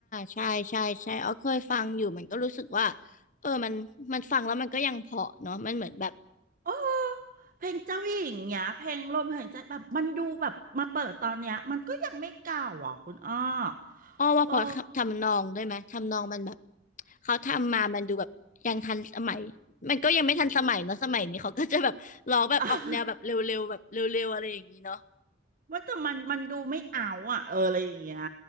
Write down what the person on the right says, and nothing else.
เออ เพลงเจ้าหญิงเนี้ยเพลงลมหายใจแบบมันดูแบบมาเปิดตอนเนี้ยมันก็ยังไม่เก่าอ่ะคุณอ้อ
โอ้
<laughs> ว่าแต่มันมันดูไม่เอาอ่ะเอออะไรอย่างเงี้ย